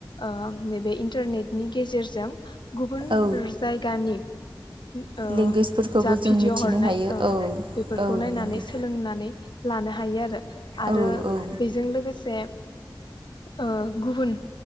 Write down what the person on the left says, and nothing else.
ओ नैबे इन्टारनेटनि गेजेरजों गुबुन
जायगानि ओ
जा
भिडिय'
हरनाय
ओं
बेफोरखौ
नायनानै
सोलोंनानै लानो हायो आरो। आरो
बेजों लोगोसे ओ गुबुन